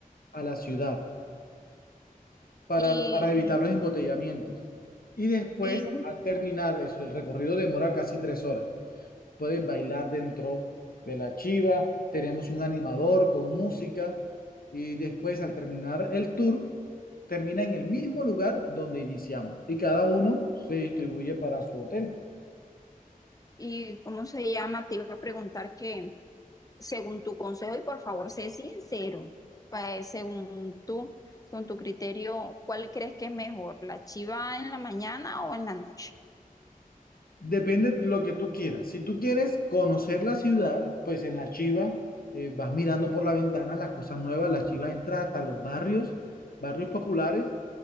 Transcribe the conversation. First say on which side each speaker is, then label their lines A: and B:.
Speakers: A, on the left (about 80°); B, on the left (about 25°).
A: a la ciudad. para,
B: Y,
A: para evitar los embotellamientos. Y después,
B: y,
A: al terminar eso, el recorrido demora casi tres horas. Puedes bailar dentro de la chiva, tenemos un animador con música y después al terminar el tour, termina en el mismo lugar donde iniciamos y cada uno se distribuye para su hotel.
B: y ¿cómo se llama? Te iba a preguntar que según tu consejo, y por favor, sé sincero, pa- según tú, según tu criterio, ¿cuál crees que es mejor, la chiva en la mañana o en la noche?
A: Depende de lo que tú quieras. Si tú quieres conocer la ciudad, pues en la chiva eh, vas mirando por la ventana las cosas nuevas, la chiva entra hasta los barrios, barrios populares